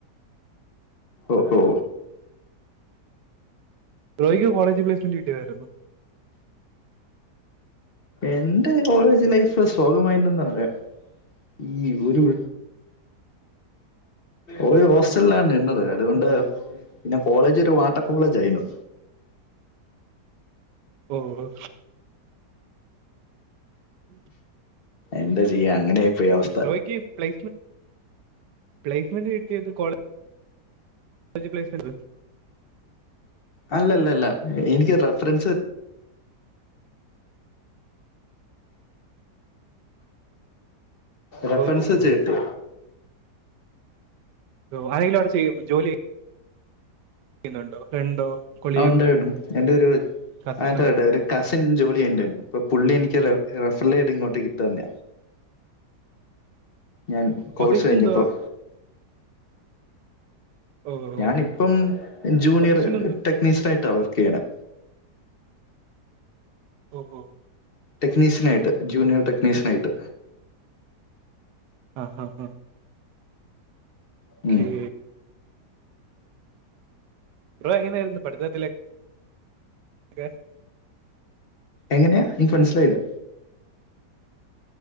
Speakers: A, on the left; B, on the right.
A: ഒഹോ ഒഹോ
B: ജോലിക് പ്ലസ്മെൻെ്റി കിട്ടതാരുന്നു
A: എന്റെ കോളേജ് ലൈഫ് സോഗമായിന്നെന്നു പറയാം ഈ ഉരുൾ ഓല് ഹോസ്റ്റൽ ആ നിന്നത് അതുകൊണ്ട് പിന്നെ കോളേജ് ഒരു വാട്ടകോളേജ് ആയിനു
B: ഓഹോ <inaudible>
A: എന്താ ചെയ്യാ അങ്ങനെ ആയിപ്പോയി അവസ്
B: എനിക്കീ പ്ലൈസ്മെൻ പ്ലൈസ്‌മെന്റ് കിട്ടീട്ട് കോളേ <unintelligible>
A: അല്ല അല്ല അല്ലാ എനിക്ക് റേഫറൻസ് റെഫറൻസ്
B: ഓ ഓ ഓ
A: ചെയ്യട്ടെ?
B: ആരെലും അവടെ ചെയ്യും ജോലി ക്കുന്നുണ്ടോ? ഫ്രണ്ടോ കൊളീ
A: ആ ഉണ്ട് യെന്തരു
B: കസിനോ
A: <unintelligible> കസിൻ ജോലി ചെയ്യ്ണ്ടേനും അപ്പൊ പുള്ളി എനിക്ക് റെ റെഫെർല് ചെയ്തിട്ട് ഇങ്ങോട്ടേക്ക് ഇട്ടു തന്നെയാ. ഞാൻ
B: പൊസിഷൻ
A: കോഴ്സ് കഴിഞ്ഞപ്പോ
B: എന്തുവാ? ഓ
A: ഞാനിപ്പം
B: ഓ
A: ജൂനിയർ
B: പൊസിഷൻ എന്തുവാ
A: ടെക്നീഷ്യൻ ആയിട്ടാണ് വർക്ക് ചെയ്യണേ
B: ഓ ഓ
A: ടെക്നീഷൻ ആയിട്ട്, ജൂനിയർ ടെക്നീഷൻ ആയിട്ട്.
B: ആഹ് ആഹ് ആഹ്
A: ഉം
B: ക്കെ ബ്രോ എങ്ങനെ ആയിരുന്നു പഠിത്തത്തില് ഒക്കെ?
A: എങ്ങനെയാ എനിക്ക് മനസ്സിലായില്ല